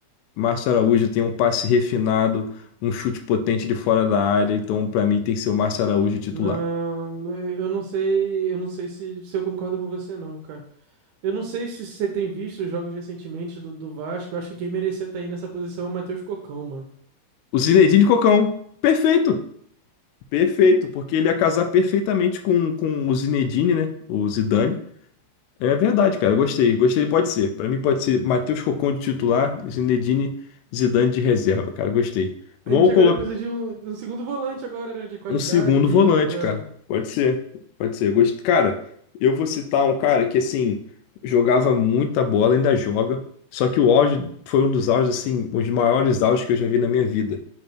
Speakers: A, on the left; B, on the right.
A: Márcio Araújo tem um passe refinado, um chute potente de fora da área. Então, pra mim, tem que ser o Márcio Araújo titular.
B: Não, eu não sei, eu não sei se, se eu concordo com você, não, cara. Eu não sei se você tem visto os jogos recentemente do, do Vasco. Eu acho que quem merecia estar aí nessa posição é o Matheus Cocão, mano.
A: O Zinedine Cocão. Perfeito. Perfeito, porque ele ia casar perfeitamente com, com o Zinedine, né? O Zidane. É verdade, cara. eu Gostei. Gostei, ele pode ser. Pra mim pode ser Matheus Cocon de titular, Zinedine, Zidane de reserva, cara. Gostei. Vamos
B: A gente
A: colocar
B: agora precisa de um, de um segundo volante agora, né, de qualidade
A: um segundo
B: ali
A: volante,
B: pra... pra-
A: cara. Pode ser. Pode ser. Gost... Cara, eu vou citar um cara que, assim, jogava muita bola, ainda joga. Só que o auge foi um dos auges, assim, os maiores auges que eu já vi na minha vida.